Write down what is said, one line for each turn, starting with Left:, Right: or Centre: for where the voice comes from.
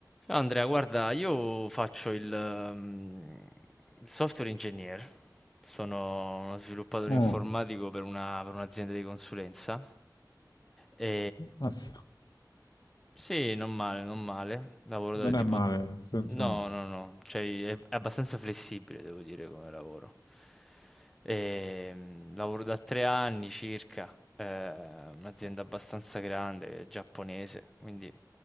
Centre: Ciao Andrea, guarda, io faccio il, ehm, il software engineer, sono uno sviluppatore
Left: Mm.
Centre: informatico per una- per un'azienda di consulenza. E...
Left: Mazza,
Centre: Sì, non male, non male. Lavoro da
Left: non
Centre: tipo...
Left: è male, nel senso
Centre: No,
Left: no.
Centre: no, no, cioè è abbastanza flessibile, devo dire, come lavoro. Ehm, lavoro da tre anni circa, eh, un'azienda abbastanza grande, giapponese, quindi...